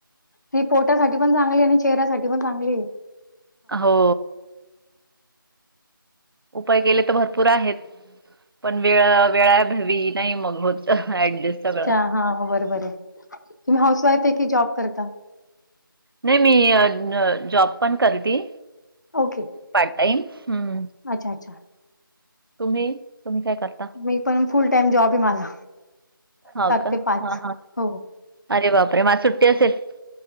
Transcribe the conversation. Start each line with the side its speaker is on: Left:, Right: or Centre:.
Left: ती पोटासाठी पण चांगली आहे. आणि चेहऱ्यासाठी पण चांगलीय.
Right: हो. उपाय केले तर भरपूर आहेत. पण वेळ वेळा भवी नाही मग होतं ऍडजस्ट सगळं.
Left: हा बरोबर ये. तुम्ही हाऊसवाईफ आहे की जॉब करता.
Right: नाही मी न जॉब पण करती.
Left: ओके.
Right: पार्ट टाईम हम्म.
Left: अच्छा अच्छा.
Right: तुम्ही तुम्ही काय करता.
Left: मी पण फुल टाइम जॉब आहे माझा.
Right: हो का
Left: ते
Right: हा हा
Left: हो, हो.
Right: अरे बापरे मग आज सुट्टी असेल.